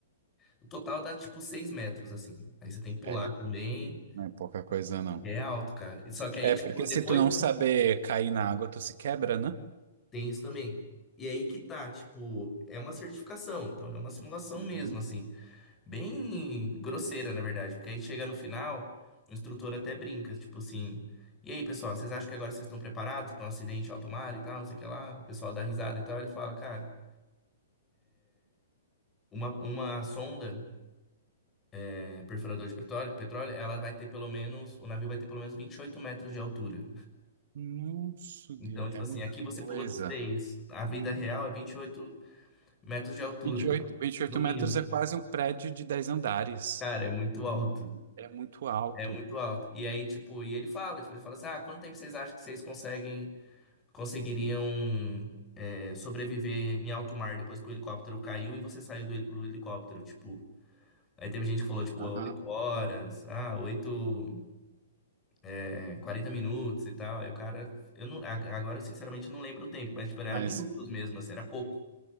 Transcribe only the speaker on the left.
O total dá tipo 6 metros, assim. Aí você tem que pular
também.
E é alto, cara. E Só que aí,
tipo,
depois
tem isso também. E aí que tá, tipo, é uma certificação. Então é uma simulação
mesmo, assim. Bem grosseira, na verdade. Porque aí chega no final, o instrutor até brinca, tipo assim. E aí, pessoal, vocês acham que agora vocês estão preparados para um acidente alto mar e tal, não sei o que lá? O pessoal dá risada e tal. Ele fala, cara, uma, uma sonda, é, perfurador de petróleo, petróleo, ela vai ter pelo menos, o navio vai ter pelo menos 28 metros de altura.
Então,
tipo
assim,
aqui você
pulou de seis A vida real é vinte e oito metros de altura,
no mínimo.
Cara, é muito alto.
É muito alto. E aí, tipo, e ele fala, tipo, ele fala assim: "Ah, quanto tempo vocês acham que vocês conseguem conseguiriam é, sobreviver em alto mar depois que o helicóptero caiu e você saiu do heli- do helicóptero, tipo?" Aí teve gente que falou, tipo,
8 horas, ah, oito é, 40 minutos e tal. Aí o cara, eu não, a- agora eu sinceramente não lembro o tempo, mas, tipo, era
minutos mesmo, assim, era pouco.